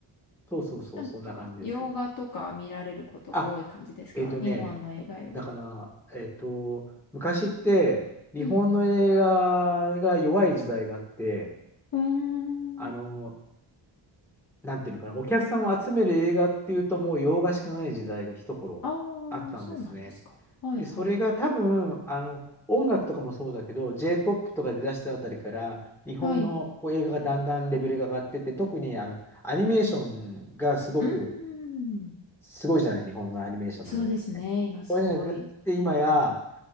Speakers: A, in the centre; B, on the left (about 45°).
A: そうそうそう、
B: なんか、
A: そんな感じです。
B: 洋画とか見られることが多い感じですか日本の映画より。
A: あ、えっとね、だから、えっと、昔って日本の映画が弱い時代があって、
B: うんうん。
A: あの、
B: うーん。
A: なんていうのかな、お客さんを集める映画っていうともう洋画しかない時代が一頃あったんですね。
B: ああ、そうなんですか。はいはい。
A: で、それが多分、あの、音楽とかもそうだけど、J-POP とか出だしたあたりから、日本のこう映画がだんだんレベルが上がってって、
B: はい。
A: 特にあの、アニメーションがすごく、
B: うーん。
A: すごいじゃない、日本のアニメーションの映画って。
B: そうですね。今すごい。
A: こういうのが出だして、今や、